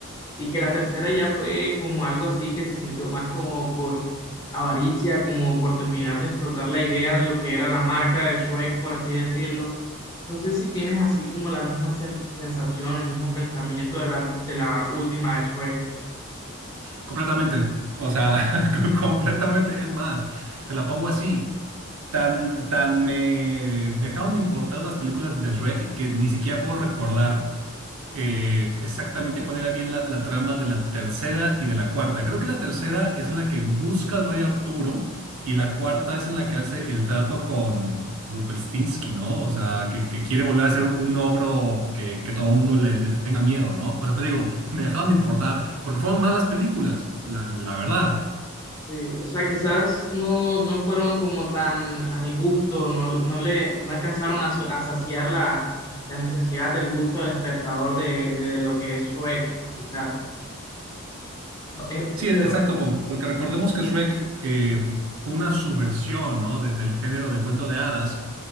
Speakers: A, on the left; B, on the right.
A: Y que la tercera ya fue como algo así que se sintió más como por avaricia, como por terminar de explotar la idea de lo que era la marca de Shrek, por así decirlo. No sé si tienes así como la misma sen- sensación, el mismo pensamiento de la, de la última de Shrek.
B: Completamente, o sea, <laughs> co- completamente. Es más, te la pongo así. Tan, tan me dejaron de importar las películas de Shrek que ni siquiera puedo recordar eh, exactamente cuál era bien la, la trama de la tercera y de la cuarta. Creo que la tercera es en la que busca al rey Arturo y la cuarta es en la que hace el trato con Rupelstinsky, ¿no? O sea, que, que quiere volver a ser un ogro que, que todo el mundo le, le tenga miedo, ¿no? O sea, te digo, <laughs> me dejaron de importar porque fueron malas películas, la, la verdad.
A: Sí, o sea, quizás no, no fueron como tan al gusto, no, no le no alcanzaron a, su- a saciar la, la necesidad del gusto del espectador de, de lo que es Shrek, quizás. Eh,
B: Sí, e-
A: pero
B: exacto, po- porque recordemos que Shrek eh, fue una subversión, ¿no? de- del género de cuento de hadas